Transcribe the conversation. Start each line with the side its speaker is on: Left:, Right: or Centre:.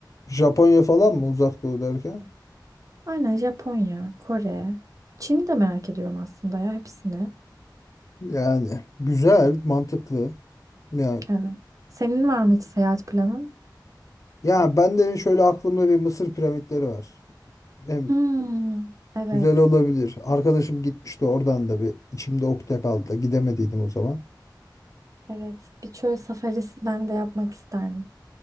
Left: Japonya falan mı uzak doğu derken?
Right: Aynen Japonya, Kore, Çin'i de merak ediyorum aslında ya hepsini.
Left: Yani güzel, mantıklı. Yani
Right: Evet. Senin var mı hiç seyahat planın?
Left: Ya ben de şöyle aklımda bir Mısır piramitleri var. Hem
Right: Hmm, evet.
Left: güzel olabilir. Arkadaşım gitmişti oradan da bir içimde ukde kaldı. Gidemediydim o zaman.
Right: Evet. Bir çöl safarisi ben de yapmak isterdim.